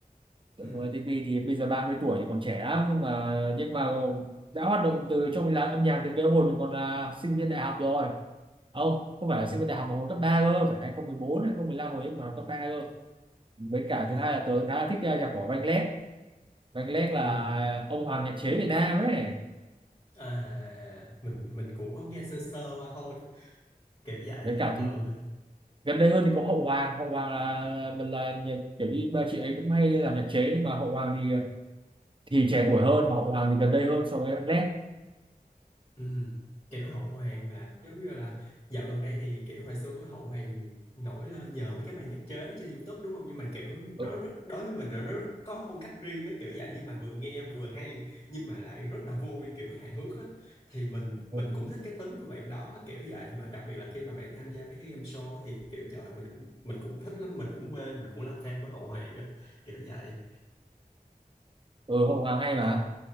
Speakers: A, on the right (about 35°); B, on the left (about 30°).
A: Sơn
B: ừ
A: Tùng MTP thì bây giờ 30 tuổi thì còn trẻ lắm nhưng mà nhưng mà đã hoạt động từ trong làng âm nhạc từ cái hồi mình còn là sinh viên đại học rồi không không phải là sinh
B: ừ
A: viên đại học mà hồi cấp 3 cơ phải 2014 2015 hồi ấy còn học cấp 3 cơ với cả
B: ờ
A: thứ hai là tớ khá là thích uh, nhạc của Vanillec Vanillec là
B: ừ.
A: ông hoàng nhạc chế Việt Nam ấy
B: À, à, à, mình mình cũng có nghe sơ sơ qua thôi kiểu vậy
A: với cả
B: ừ
A: thứ gần đây hơn thì có Hậu Hoàng Hậu Hoàng là là nhạc- kiểu như ba chị ấy cũng hay làm nhạc chế nhưng mà Hậu Hoàng thì thì trẻ tuổi hơn mà Hậu Hoàng thì gần đây hơn so với anh Lét
B: Ừ. Kiểu Hậu Hoàng là giống như là dạo gần đây thì kiểu hồi xưa Hậu Hoàng nổi lên nhờ mấy cái ban nhạc chế trên YouTube đúng không nhưng mà kiểu
A: ừ,
B: nó rất đối với mình là nó rất có phong cách riêng á kiểu vậy nhưng mà vừa nghe vừa hay nhưng mà lại rất là vui kiểu hài hước á thì mình
A: ừ,
B: mình cũng thích cái tính của bạn đó kiểu vậy mà đặc biệt là khi mà bạn tham gia mấy cái game show á, thì kiểu trời ơi, mình cũng mình cũng thích lắm mình cũng mê mình cũng là fan của Hậu Hoàng á kiểu vậy
A: ừ, Hậu Hoàng hay mà
B: còn